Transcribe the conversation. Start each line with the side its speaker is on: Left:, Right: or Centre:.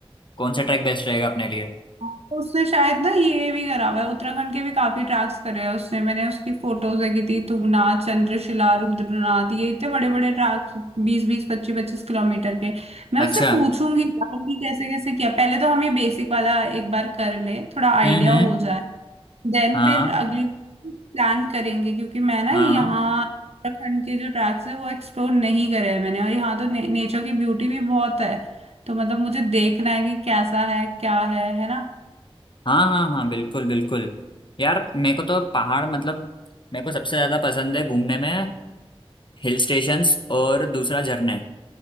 Left: कौन सा ट्रैक बेस्ट रहेगा अपने लिए
Right: तो उससे शायद ना ये भी करा हुआ है उत्तराखंड के भी काफी ट्रैक्स करे हैं उसने मैंने उसकी फोटोज देखी थी तुंगनाथ चंद्रशिला रुद्रनाथ ये इतने बड़े बड़े ट्रैक्स बीस बीस पच्चीस पच्चीस किलोमीटर के मैं
Left: अच्छा
Right: उससे पूछूंगी यार कि कैसे कैसे किया पहले तो हम ये बेसिक वाला एक बार कर ले थोड़ा आइडिया
Left: हम्म हम्म
Right: हो जाए देन
Left: हाँ
Right: फिर अगली प्लान करेंगे क्योंकि मैं ना
Left: हाँ
Right: यहाँ उत्तराखंड के जो ट्रैक्स है वो एक्सप्लोर नहीं करे हैं मैंने और यहाँ तो ने, नेचर की ब्यूटी भी बहुत है तो मतलब मुझे देखना है कि कैसा है क्या है है ना
Left: हाँ हाँ हाँ बिल्कुल बिल्कुल यार मेरे को तो पहाड़ मतलब मेरे को सबसे ज्यादा पसंद है घूमने में हिल स्टेशंस और दूसरा झरने